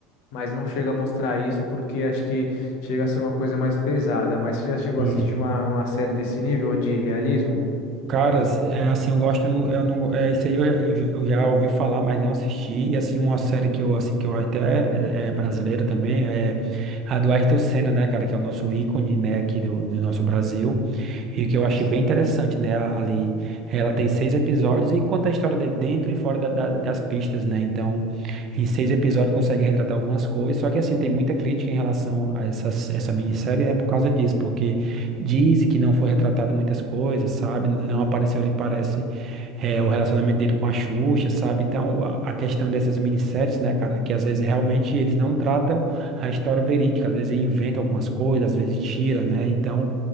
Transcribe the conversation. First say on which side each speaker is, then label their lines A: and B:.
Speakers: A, on the left (about 60°); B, on the right (about 40°).
A: mas não chega a mostrar isso porque acho que chega a ser uma coisa mais pesada. Mas você já chegou
B: Sim.
A: a assistir uma, uma série desse nível de realismo?
B: Caras, é assim, eu gosto, eu não, é isso aí eu, eu já eu já ouvi falar, mas não assisti, e assim, uma série que eu, assim, que eu até, é, é brasileira também, é a do Ayrton Senna, né, cara, que é o nosso ícone, né, aqui do, do nosso Brasil, e que eu achei bem interessante, né, a- ali, ela tem seis episódios e conta a história de dentro e fora da- da- das pistas, né, então, em seis episódios consegue retratar algumas coisas, só que assim, tem muita crítica em relação a essas, essa minissérie, né, por causa disso, porque Diz que não foi retratado muitas coisas, sabe? Não apareceu ali, parece, é, o relacionamento dele com a Xuxa, sabe? Então, a a questão dessas minisséries, né, cara, que às vezes realmente eles não tratam a história verídica, às vezes inventam algumas coisas, às vezes tira, né? Então,